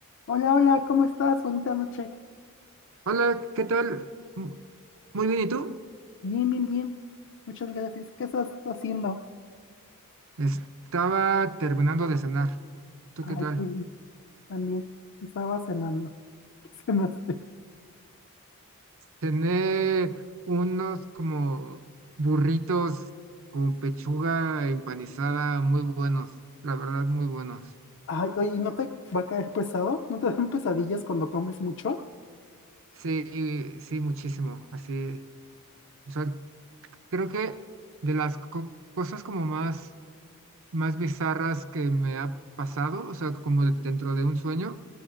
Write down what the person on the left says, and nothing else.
Hola, hola, ¿cómo estás? Bonita noche.
Bien, bien, bien. Muchas gracias. ¿Qué estás haciendo?
Ay,
qué bien. También estaba cenando. <laughs> ¿Qué cenaste?
Ay, oye, ¿y ¿no te va a caer pesado? ¿No te dan pesadillas cuando comes mucho?